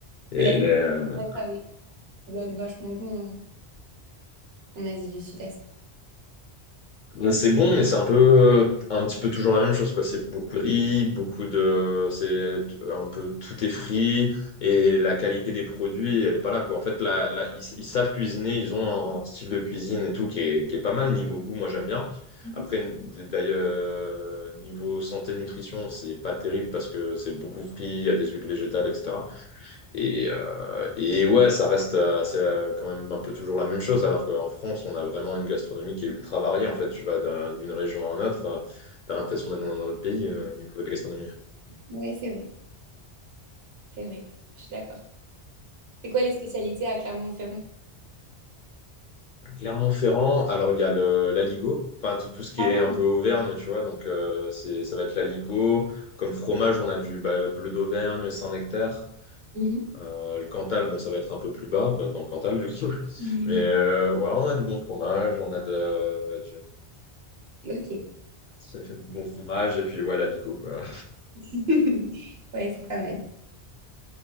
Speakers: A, on the left (about 55°); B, on the right (about 65°).
A: Et,
B: Mais la vie,
A: euh,
B: c'est sympa, oui. Ça doit être vachement bon euh, en Asie du Sud-Est.
A: Ouais, C'est bon, mais c'est un peu, un petit peu toujours la même chose, quoi. C'est beaucoup de riz, beaucoup de, c'est un peu tout est frit et la qualité des produits, elle est pas là, quoi. En fait, là, là, ils, ils savent cuisiner, ils ont un style de cuisine et tout qui est, qui est pas mal niveau goût. Moi, j'aime bien.
B: Mhm.
A: Après, d'ailleurs, niveau santé nutrition, c'est pas terrible parce que c'est beaucoup frit, il y a des huiles végétales, etc. Et, euh, et ouais, ça reste euh, c'est euh, quand même un peu toujours la même chose, alors qu'en France, on a vraiment une gastronomie qui est ultra variée. En fait, tu vas d'un- d'une région à une autre, tu as l'impression d'être dans un autre pays euh, au niveau de la gastronomie.
B: Ouais, c'est vrai, c'est vrai. Je suis d'accord. C'est quoi les spécialités à Clermont-Ferrand?
A: Clermont-Ferrand, alors il y a le, l'aligot, enfin tout, tout ce qui
B: Ah
A: est
B: oui.
A: un peu Auvergne, tu vois, donc euh, c'est, ça va être l'aligot. Comme fromage, on a du bah, bleu d'Auvergne, Saint-Nectaire.
B: Mhm.
A: Euh, le Cantal, bon, ça va être un peu plus bas, bah, dans le Cantal, du coup.
B: Mhm.
A: Mais euh, ouais, on a du bon fromage, on a de,
B: Ok.
A: C'est Bon fromage et puis ouais, la Ligo, quoi.
B: <laughs> Ouais, c'est pas mal.